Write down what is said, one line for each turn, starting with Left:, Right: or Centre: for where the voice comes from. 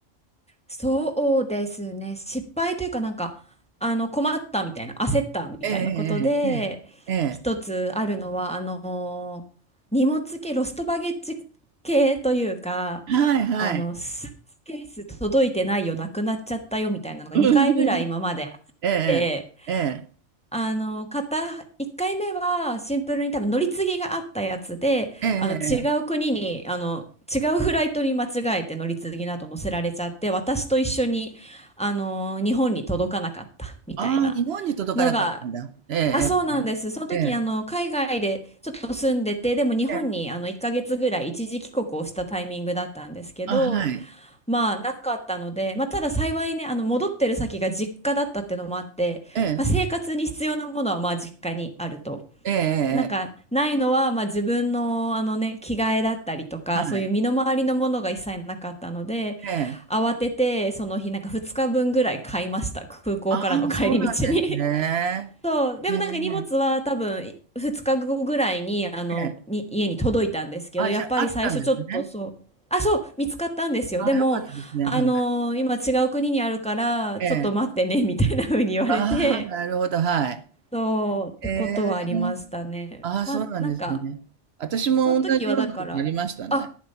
Centre: そうですね。失敗というかなんか、あの、困ったみたいな、焦ったみたいなことで、
Right: ええええ、え
Centre: 一つあるのは、あのー荷物系、ロストバゲッジ系というか、
Right: えはいはい。
Centre: あの、スーツケース届いてないよ、なくなっちゃったよみたいなのが2回ぐらい今まであっ
Right: うんええ、
Centre: て、
Right: ええ、
Centre: あの、片、1回目はシンプルに多分乗り継ぎがあったやつで、
Right: ええ、
Centre: あの、違う国に、
Right: ええ。
Centre: あの、違うフライトに間違えて乗り継ぎなど乗せられちゃって、私と一緒に、あの、日本に届かなかったみたいな
Right: ああ、日本に届かなかったんだ。
Centre: のが、
Right: ええ、
Centre: あ、そうなんです。その時、
Right: ええ、
Centre: あの、海外でちょっと住んでて、でも日本に、
Right: ええ。
Centre: あの、1ヶ月ぐらい一時帰国をしたタイミングだったんですけど、
Right: あ、はい。
Centre: まあなかったので、まあ、ただ幸いね、あの戻ってる先が実家だったっていうのもあって、
Right: ええ、
Centre: まあ、生活に必要なものはまあ実家にあると。
Right: ええ、ええ、
Centre: なんかないのはまあ自分のあのね、着替えだったりとか、
Right: はい。
Centre: そういう身の回りのものが一切なかったので、
Right: ええ。
Centre: 慌ててその日なんか2日分ぐらい買いました。空港からの帰り道に
Right: ああ、そうなんですね。
Centre: そう、でもなんか荷物は多分2日後ぐらいに、
Right: ええ、
Centre: あの、
Right: ええ。
Centre: に家に届いたんですけど、
Right: あ、
Centre: やっぱり最初ちょっとそう、
Right: じゃあ、あったんですね。
Centre: あ、そう、見つかったんですよ。
Right: あ、
Centre: でも、
Right: よかったですね。
Centre: あのー今違う国にあるから、
Right: はい。ええ。
Centre: ちょっと待ってね、みたいな風に言われて、
Right: ああ、なるほど、はい。
Centre: そう、ってことはありましたね。
Right: ええ。ああ、
Centre: まあ、
Right: そうなんですね。
Centre: なんか、
Right: 私も同じようなことありましたね。
Centre: その時はだから、あ、